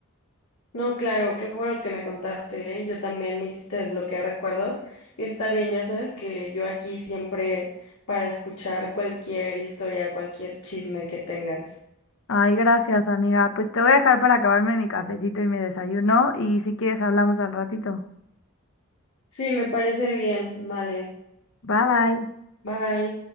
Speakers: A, on the left; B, on the left.
A: No, claro, qué bueno que me contaste, ¿eh? Yo también me hiciste desbloquear recuerdos y está bien, ya sabes que yo aquí siempre para escuchar cualquier historia, cualquier chisme que tengas.
B: Ay, gracias, amiga. Pues te voy a dejar para acabarme mi cafecito y mi desayuno y si quieres hablamos al ratito.
A: Sí, me parece bien, vale,
B: Bye bye.
A: bye.